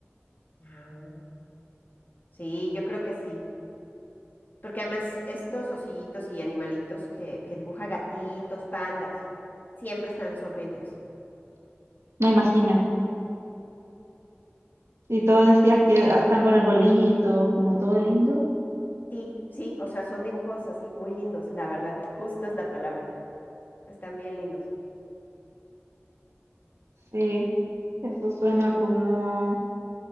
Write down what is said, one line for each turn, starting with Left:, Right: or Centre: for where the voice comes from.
Left: Ah, Sí, yo creo que sí. Porque además estos osillitos y animalitos que, que dibuja gatitos, pandas, siempre están sonrientes.
Right: me imaginé. Y todo decías que ah, están con arbolitos, como todo lindo.
Left: Sí, sí, o sea, son dibujos así muy lindos, la verdad. Justo es la palabra. Están bien lindos.
Right: Sí, eso suena como,